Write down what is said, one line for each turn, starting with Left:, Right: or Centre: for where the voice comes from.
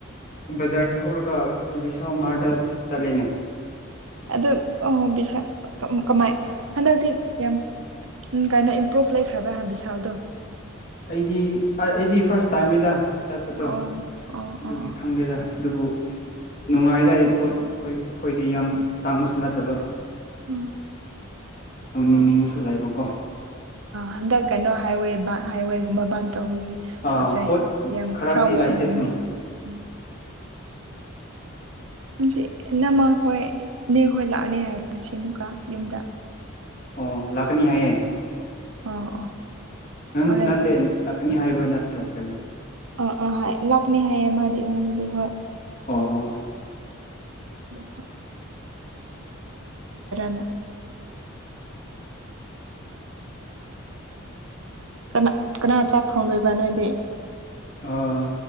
Left: ꯕꯖꯥꯔ ꯊꯣꯛꯔꯒ ꯕꯤꯁꯥꯃꯥꯔꯗ ꯆꯠꯂꯦꯅꯦ
Right: ꯑꯗꯨ ꯑꯥ ꯕꯤꯁꯥꯜ ꯀ ꯀꯃꯥꯏ ꯍꯟꯗꯛꯇꯤ ꯌꯥꯝ ꯎꯝ ꯀꯩꯅꯣ ꯏꯝꯄ꯭ꯔꯨꯚ ꯂꯩꯈ꯭ꯔꯕ꯭ꯔꯥ ꯍꯥ ꯚꯤꯁꯥꯜꯗꯣ
Left: ꯑꯩꯗꯤ ꯑ-ꯑꯩꯗꯤ ꯐꯥꯔꯁ ꯇꯥꯏꯝꯅꯤꯗ ꯆꯠꯄꯗꯣ
Right: ꯑꯣ ꯑꯣ
Left: ꯑꯗꯨꯒꯤ
Right: ꯑꯣ
Left: ꯈꯪꯗꯦꯗ ꯑꯗꯨꯕꯨ ꯅꯨꯡꯉꯥꯏꯗꯥꯏ ꯄꯣꯠ ꯍꯣꯏ ꯈꯣꯏꯗꯤ ꯌꯥꯝ ꯇꯥꯡꯕꯁꯨ ꯅꯠꯇꯕ
Right: ꯎꯝ
Left: ꯇꯧꯅꯤꯡ
Right: ꯑꯣ
Left: ꯅꯤꯡꯕꯁꯨ ꯂꯩꯕꯀꯣ
Right: ꯍꯟꯗꯛ ꯀꯩꯅꯣ ꯍꯥꯏꯋꯦ ꯄ ꯍꯥꯏꯋꯦꯒꯨꯝꯕ ꯕꯟ ꯇꯧꯕꯒꯤ
Left: ꯑꯥ
Right: ꯄꯣꯠꯆꯩ
Left: ꯄꯣꯠ
Right: ꯌꯥꯝ
Left: ꯈꯔꯗꯤ
Right: ꯈꯔ ꯋꯥꯠꯂꯅꯤ
Left: ꯂꯩꯇꯦ ꯎꯝ
Right: ꯎꯝ ꯉꯁꯤ ꯅꯃꯈꯣꯏ ꯏꯅꯦ ꯍꯣꯏ ꯂꯥꯛꯑꯅꯤ ꯍꯥꯏ ꯉꯁꯤ ꯃꯨꯛꯀ ꯌꯨꯝꯗ
Left: ꯑꯣ ꯂꯥꯛꯀꯅꯤ ꯍꯥꯏꯌꯦ
Right: ꯑꯣ ꯑꯣ
Left: ꯎꯡ
Right: ꯍꯣꯔꯦꯟ
Left: ꯅꯠꯇꯦ ꯂꯥꯛꯀꯅꯤ ꯍꯥꯏꯕ ꯅꯠꯇ꯭ꯔꯣ ꯍꯥꯏꯕꯅꯤ
Right: ꯑꯥ ꯑꯥ ꯍꯥꯏ ꯂꯥꯛꯅꯤ ꯍꯥꯏꯌꯦ ꯃꯥꯗꯤ ꯑꯩꯉꯣꯟꯗꯗꯤ ꯍꯣꯏ
Left: ꯑꯣ ꯑꯣ
Right: ꯗꯨ <unintelligible> ꯀꯅꯥ ꯀꯅꯥ ꯆꯥꯛ ꯊꯣꯡꯗꯣꯏꯕ ꯅꯣꯏꯗꯤ
Left: ꯑꯥ